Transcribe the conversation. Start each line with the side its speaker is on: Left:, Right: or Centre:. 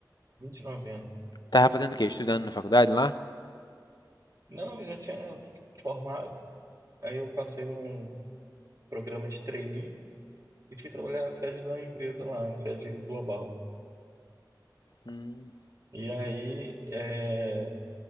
Right: 29 anos.
Left: Tava fazendo o quê? Estudando na faculdade lá?
Right: Não, eu já tinha formado. Aí eu passei num programa de trainee e fui trabalhar na sede de uma empresa lá, na sede global.
Left: Hum.
Right: E aí, é,